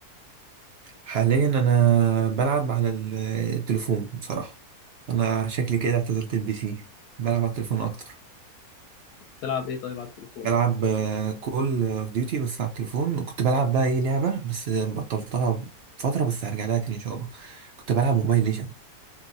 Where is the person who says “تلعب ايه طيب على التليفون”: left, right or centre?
Left